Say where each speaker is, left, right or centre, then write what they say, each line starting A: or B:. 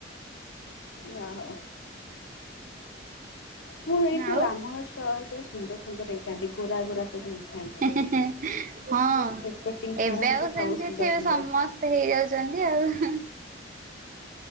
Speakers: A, on the left (about 85°); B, on the right (about 40°).
A: ଯାହଉ। ମୁଁ ହେଇତି
B: ଆଉ
A: ବ୍ରାହ୍ମଣ ଛୁଆ ଭଳିଆ ସବୁ ସୁନ୍ଦର-ସୁନ୍ଦର ହେଇଥାନ୍ତି, ଗୋରା-ଗୋରା ସବୁ ହେଇଥାନ୍ତି।
B: ହେଁ-ହେଁ-ହେଁ, ହଁ,
A: ଫେସ୍ କଟିଂଠୁ
B: ଏବେ
A: ଆରମ୍ଭ
B: ଆଉ
A: କରି
B: ସେମିତି
A: ସବୁ ସୁନ୍ଦର
B: ଅଛି ଏବେ
A: ସୁନ୍ଦର।
B: ସମସ୍ ତେ ହେଇଯାଚନ୍ତି ଆଉ, ହିଁ।